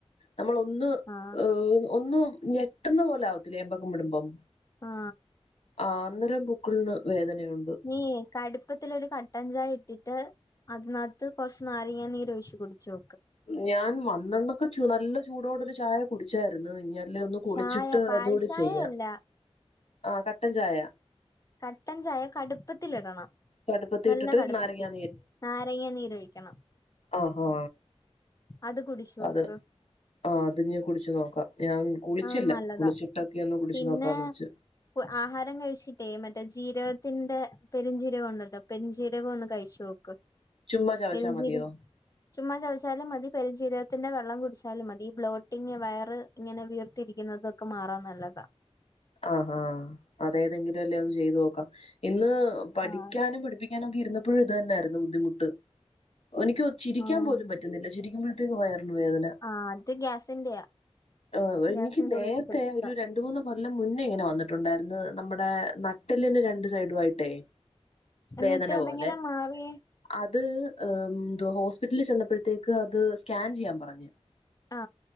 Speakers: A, on the left; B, on the left.
A: നമ്മളൊന്ന്
B: ആഹ്
A: ഒന്ന് ഞെട്ടുന്ന പോലാ ആവത്തില്ലേ ഏമ്പൊക്കം വിടുമ്പം
B: ആ
A: ആഹ് അന്നേരം പുക്കിളിന് വേദനയുണ്ട്.
B: നീയെ കടുപ്പത്തിലൊരു കട്ടഞ്ചായ ഇട്ടി ട്ട് അതിനകത്ത് കുറച്ച് നാരങ്ങ നീര് ഒഴിച്ച് കുടിച്ചോ
A: ഞാൻ വന്നന്നൊക്കെക്കെ ചു നല്ല ചൂടോടൊരു ചായ കുടിച്ചാരുന്നു ഞാൻ അല്ലാ ഒന്ന് കുളിച്ചിട്ട്
B: ചായ പാൽ
A: അതൂടെ
B: ചായയല്ല
A: ചെയ്യാം ആ കട്ടൻ ചായ
B: കട്ടൻ ചായ കടുപ്പത്തിലിടണം
A: കടുപ്പത്തി
B: നല്ല
A: ഇട്ടിട്ട്
B: കടപ്പത്തി
A: നാരങ്ങാ
B: നാരങ്ങ നീരൊഴിക്കണം
A: ആഹാ
B: അത് കുടിച്ച് നോക്ക്
A: അത് ആ അത് ഞാൻ കുടിച്ചു നോക്കാം ഞാൻ കുളിച്ചില്ല
B: ആ നല്ലതാ
A: കുളിച്ചിട്ടൊക്കെ ഒന്ന് കുടിച്ചു
B: പിന്നേ
A: നോക്കാന്ന് വെച്ച്
B: ആഹാരം കഴിച്ചിട്ടേ മ മ ജീരകത്തിന്റെ പെരിഞ്ചീരകം ഒണ്ടല്ലോ പെരിഞ്ചീരകം ഒന്ന് കഴിച്ചോക്ക്
A: ചുമ്മാ ചവച്ചാ
B: പെരിഞ്ചിരം
A: മതിയോ
B: ചുമ്മാ ചവച്ചാലും മതി പെരിഞ്ചീരക ത്തിന്റെ വെള്ളം കുടിച്ചാലും മതി ബ്ലോട്ടിംഗ് വയറ് ഇങ്ങനെ വീർത്തി രിക്കുന്നതൊക്കെ മാറാൻ നല്ലതാ
A: ആഹാ അതേതെങ്കിലും എല്ലേ ഒന്ന് ചെയ്തു നോക്കാം ഇന്ന് പഠിക്കാനും
B: ആഹ്
A: പഠിപ്പിക്കാനും ഒക്കെ ഇരുന്നപ്പോഴും ഇത് തന്നെയായിരുന്നു ബുദ്ധിമുട്ട് എനിക്ക് ചിരിക്കാൻ
B: ആഹ്
A: പോലും പറ്റുന്നില്ല ചിരിക്കുമ്പോഴത്തേക്ക് വയറിന് വേദന
B: ആഹ് അത് ഗ്യാസിന്റെയാ
A: ആ
B: ഗ്യാസിന്റെ
A: എനിക്ക് നേരത്തെ
B: ഉള്ളിക്ക് പിടിച്ചിട്ടാ
A: ഒരു രണ്ടുമൂന്ന് കൊ മുന്നേ ഇങ്ങനെ വന്നിട്ടുണ്ടായിരുന്ന് നമ്മുടെ നട്ടലിന് രണ്ടു സൈഡു ആയിട്ടേ
B: എന്നിട്ട്
A: വേദന
B: അതെങ്ങനെ
A: പോലെ
B: മാറിയേ
A: അ അത് ഹോസ്പിറ്റലിൽ ചെന്നപ്പോഴത്തേക്ക് അത് സ്കാൻ ചെയ്യാൻ പറഞ്ഞു
B: ആ